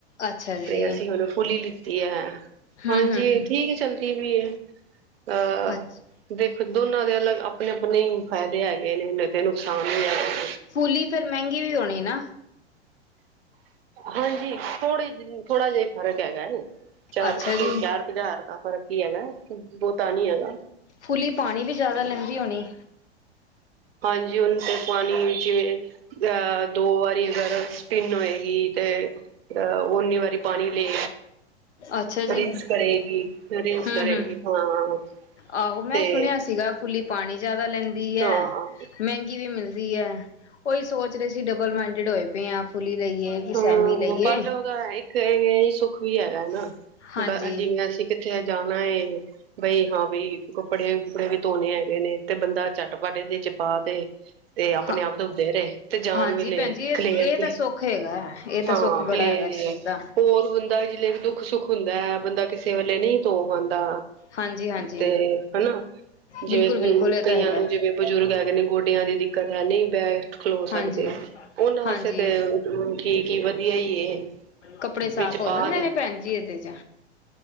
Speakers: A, on the left; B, on the right.
A: ਅੱਛਾ ਜੀ
B: ਤੇ ਅਸੀਂ ਮਤਲਬ ਫੂਲੀ ਲਿੱਤੀ ਹੈ।
A: ਹੂੰ
B: ਹਾਂਜੀ
A: ਹੂੰ ਹੂੰ
B: ਠੀਕ ਚੱਲਦੀ। ਟੀਵੀ <inaudible> ਆ।
A: ਅੱਛਾ
B: ਦੇਖੋ, ਦੋਨਾਂ ਦੇ ਅਲੱਗ ਆਪਣੇ-ਆਪਣੇ ਹੀ ਫਾਇਦੇ ਹੈਗੇ ਨਈ ਤੇ ਨੁਕਸਾਨ ਵੀ ਹੈਗੇ ਨੇ।
A: ਫੂਲੀ ਫਿਰ ਮਹਿੰਗੀ ਵੀ ਹੋਣੀ ਨਾ।
B: ਹਾਂਜੀ। ਥੋੜ੍ਹਾ-ਥੋੜਾ ਜਿਹਾ ਫ਼ਰਕ ਹੈਗਾ। <unintelligible>
A: ਅੱਛਾ ਜੀ
B: ਪਰ ਕੀ ਹੈਗਾ। ਬਹੁ ਤਾਂ ਨਹੀਂ ਹੈਗਾ
A: ਖੁੱਲ੍ਹੀ ਪਾਣੀ ਵੀ ਜ਼ਿਆਦਾ ਲੈਂਦੀ ਹੋਣੀ।
B: ਹਾਂਜੀ, ਉਹਨ ਤੇ ਪਾਣੀ ਜਿਵੇਂ ਅਹ ਦੋ ਵਾਰੀ ਗਰਮ ਤਿੰਨ ਹੋਏਗੀ। ਤੇ ਅ ਓਨੀ ਵਾਰੀ ਪਾਣੀ ਲ
A: ਅੱਛਾ ਜੀ।
B: ਰਸ ਕਰੇਗੀ ਰ
A: ਹੂੰ-ਹੂੰ,
B: ਕਰੇਗੀ ਹਾਂ।
A: ਆਹੋ ਮੈਂ
B: ਤੇ
A: ਸੁਣਿਆ ਸੀਗਾ ਫੁੱਲੀ ਪਾਣੀ ਜ਼ਿਆਦਾ ਲੈਂਦੀ ਹੈ
B: ਹਾਂ
A: ਮਹਿੰਗੀ ਵੀ ਮਿਲਦੀ ਦੀ ਹੈ। ਉਹੀ ਸੋਚ ਰਹੇ ਸੀ, ਡਬਲ ਮਾਇਂਡਡ ਹੋਏ। ਪ ਫੁੱਲ ਲੀ ਲਈਏ, ਕਿ
B: ਹਾਂ
A: ਸੈਮੀ ਲਈਏ।
B: ਬਟ <inaudible> ਹੈਗਾ ਹੈ
A: ਹਾਂਜੀ-ਹਾਂਜੀ,
B: ਬ ਜਿਵੇਂ ਅਸੀਂ ਕਿੱਥੇ ਜਾਣਾ ਹੈ ਬਈ ਹਾਂ ਬਈ ਕੱਪੜੇ ਕੱਪੜੇ ਵੀ ਧੋਣੇ ਹੈਗੇ ਨੇ ਤੇ ਬੰਦਾ ਚਟਪਟ ਇਹਦੇ ਚ ਪਾ ਦੇ। ਤੇ ਆਪਣੇ
A: ਹਾਂ
B: ਆਪ ਧਦੇ ਰਹੇ ਤੇ ਜਾਨ
A: ਹਾਂਜੀ
B: ਵੀ ਲੈ
A: ਭੈਣ ਜੀ ਇਹ
B: ਖਲੇਰ
A: ਇਹ
B: ਕੇ
A: ਤਾਂ ਸੁੱਖ ਹੈਗਾ ਇਹ ਤਾਂ
B: ਹਾਂ
A: ਸੁੱਖ ਬੜਾ
B: ਕਲੇਰ
A: ਹੈਗਾ ਇਸ
B: ਜ ਹੈ
A: ਚੀਜ਼ ਦਾ।
B: ਹੋਰ ਬੰਦਾ ਜਿ ਦੁੱਖ-ਸੁੱਖ ਹੁੰਦਾ ਬੰਦਾ ਕਿਸੇ ਵੇਲੇ ਨਹੀਂ ਧੋ ਪਾਉਂਦਾ।
A: ਹਾਂਜੀ-ਹਾਂਜੀ,
B: ਤੇ ਹਨਾ
A: ਬਿਲਕੁਲ-ਬਿਲਕੁਲ
B: ਜੇ
A: ਇਹ ਤਾਂ
B: ਕਈਆਂ
A: ਹੈਗਾ
B: ਨੂੰ ਜਿਵੇਂ ਬਜ਼ੁਰਗ ਆ ਗਏ ਨੇ ਗੋਡਿਆਂ ਦੀ ਦਿੱਕਤ ਆ ਨਹੀਂ ਬੈਸਟ ਖਲੋ
A: ਹਾਂਜੀ।
B: ਸਕਦੇ ਆ ਉਹਨਾਂ ਵਾਸਤੇ
A: ਹਾਂਜੀ,
B: ਕੀ ਵਧੀਆ ਇਹ।
A: ਕੱਪੜੇ ਸਾਫ਼
B: ਵਿੱਚ
A: ਹੋ
B: ਪਾ
A: ਜਾਂਦੇ
B: ਦੇ
A: ਨੇ
B: ਹ
A: ਭੈਣ ਜੀ ਇਹਦੇ 'ਚ